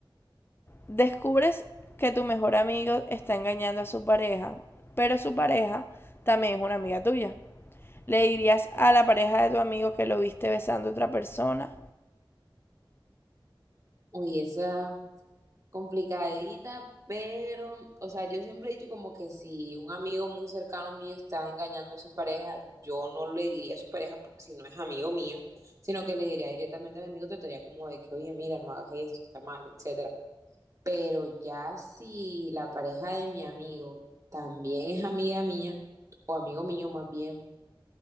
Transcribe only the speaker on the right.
Uy, esa complicadita, pero, o sea, yo siempre he dicho como que si un amigo muy cercano mío está engañando a su pareja, yo no le diría a su pareja po- si no es amigo mío, sino que le diría directamente a mi amigo, trataría como de que, oye, mira, no hagas esto, está mal, etcétera. Pero ya si la pareja de mi amigo también es amiga mía, o amigo mío más bien,